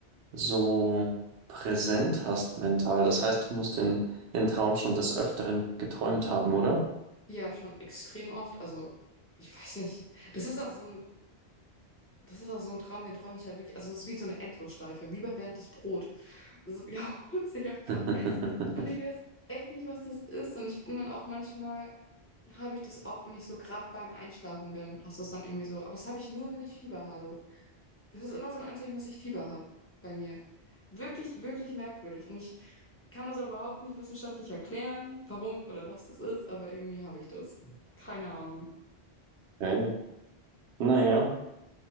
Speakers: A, on the right; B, on the left.
A: so präsent hast mental, das heißt, du musst den, den Traum schon des Öfteren geträumt haben, oder?
B: Ja, schon extrem oft. Also ich weiß nicht. Das ist auch so ein, das ist auch so ein Traum, den träume ich halt wirklich. Also es ist wie so eine Endlosschleife, wie bei Bernd das Brot. Das <laughs> wiederholt sich einfach.
A: <laughs>
B: Und ich weiß echt nicht, was das ist. Und ich bin dann auch manchmal habe ich das auch, wenn ich so gerade beim Einschlafen bin, dass das dann irgendwie so. Aber das habe ich nur, wenn ich Fieber habe. Das ist immer so ein Anzeichen, dass ich Fieber habe bei mir. Wirklich, wirklich merkwürdig. Und ich kann das auch überhaupt nicht wissenschaftlich erklären, warum oder was das ist, aber irgendwie habe ich das. Keine Ahnung.
A: Okay. Naja.